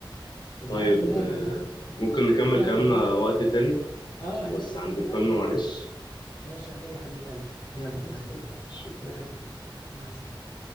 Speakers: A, on the right; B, on the left.
A: انت
B: طيب
A: عارف الاهلي
B: آه،
A: ده
B: ممكن نكمل
A: الاهلي
B: كلامنا
A: ده
B: وقت تاني
A: اه
B: عشان
A: عينيا
B: بس
A: يا
B: عندي
A: حبيب
B: مكالمة
A: قلبي
B: معلش
A: ماشي عينيا يا حبيب قلبي يلا
B: خلاص
A: في رعاية
B: طيب.
A: الله
B: شكرا
A: في رعاية الله مع السلامة